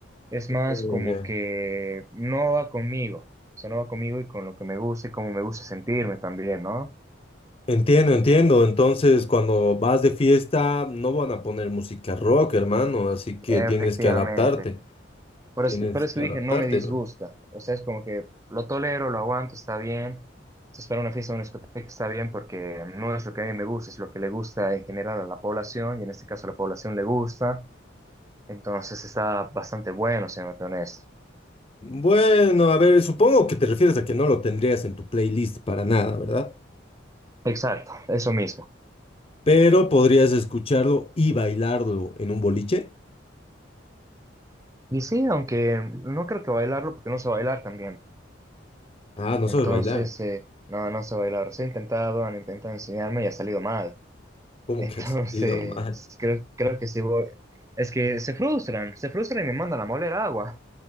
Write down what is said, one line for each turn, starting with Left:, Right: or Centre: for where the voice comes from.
Right: Es más
Left: Eh,
Right: como
Left: ya.
Right: que no va conmigo, eso no va conmigo y con lo que me gusta y cómo me gusta sentirme también, ¿no?
Left: Entiendo, entiendo. Entonces, cuando vas de fiesta, no van a poner música rock, hermano. Así que
Right: Efectivamente.
Left: tienes que adaptarte.
Right: Por
Left: Tienes
Right: eso, por eso
Left: que
Right: dije,
Left: adaptarte,
Right: no me disgusta.
Left: hermano.
Right: O sea, es como que lo tolero, lo aguanto, está bien. Si es para una fiesta o una discoteca, está bien porque no es lo que a mí me gusta, es lo que le gusta en general a la población y en este caso a la población le gusta. Entonces está bastante bueno, siéndote honesto.
Left: Bueno, a ver, supongo que te refieres a que no lo tendrías en tu playlist para nada, ¿verdad?
Right: Exacto, eso mismo.
Left: Pero podrías escucharlo y bailarlo en un boliche.
Right: Y sí, aunque no creo que bailarlo porque no sé bailar también.
Left: Ah, no
Right: Entonces,
Left: sabes bailar.
Right: eh, no, no sé bailar. Sí he intentado, han intentado enseñarme y ha salido mal. <laughs>
Left: ¿Cómo
Right: Entonces,
Left: que has ido mal?
Right: creo, creo que sí voy. Es que se frustran, se frustran y me mandan a moler agua.